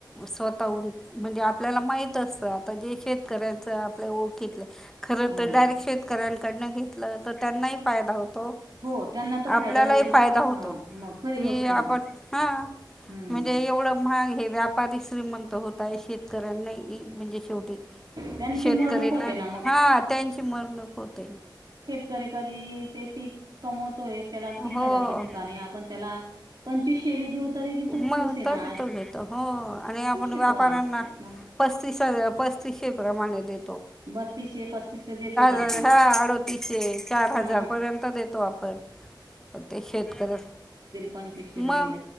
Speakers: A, in the centre; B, on the right (about 55°).
A: स्वतःहून म्हणजे आपल्याला माहित असत आता जे शेतकऱ्यांच आपल्या ओळखितले- खर
B: हो
A: तर डायरेक्ट शेतकऱ्यांकडनं घेतलं तर त्यांनाही फायदा होतो
B: हो त्यांना तर
A: आपल्यालाही
B: फायदा होईच
A: फायदा होतो
B: हा मग खरी
A: ही
B: गोष्ट आहे
A: आपण
B: ना
A: हां
B: हम्म
A: म्हणजे एवढं महाग हे व्यापारी श्रीमंत होताय शेतकऱ्यांना म्हणजे शेवटी
B: त्यांची
A: शेतकऱरीना
B: मरणूक होते ना मग
A: हा त्यांची मरणक होत
B: शेतकरी कधी ते पीक कमवतोय त्याला
A: हो
B: तीन हजारच्या ठिकाणी आपण त्याला- पंचवीसेवी देऊ- तरी बी तो
A: मग
B: खुश आहे
A: तरी
B: ना आज
A: तो घेत हो आणि
B: खुश
A: आपण
B: आहे
A: व्यापाऱ्यांना
B: तो आज मग
A: पस्तीस पस्तीसशे प्रमा द
B: बत्तीस हे पस्तीस देतोच
A: हजार
B: आपण
A: हा अडतीसशे चार
B: हा
A: हजार पर्यंत देतो आपण ते शेतकऱ्या
B: पं कशे
A: मग
B: ब दि